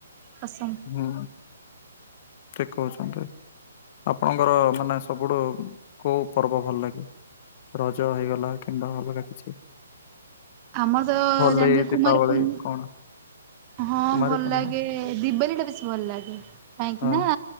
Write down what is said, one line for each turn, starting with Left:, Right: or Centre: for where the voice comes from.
Right: ପସନ୍ଦ।
Left: ହୁଁ ଠିକ କହୁଛନ୍ତି। ଆପଣଙ୍କର ମାନେ ସବୁଠୁ କୋଉ ପର୍ବ ଭଲ ଲାଗେ। ରଜ ହେଇଗଲା କିମ୍ବା ଅଲଗା କିଛି।
Right: ଆମର ତ
Left: ହୋଲି
Right: ଜାଣିଥିବେ
Left: ଦିପାବଳି
Right: କୁମାର ପୂର୍ଣ୍ଣି
Left: କଣ?
Right: ହଁ
Left: କୁମାରୀ
Right: ଭଲ
Left: ପୂର୍ଣ୍ଣିମା
Right: ଲାଗେ ଦିିବାଲି ଟା ବେଶୀ ଭଲ ଲାଗେ କାହିଁକି
Left: ହଁ
Right: ନା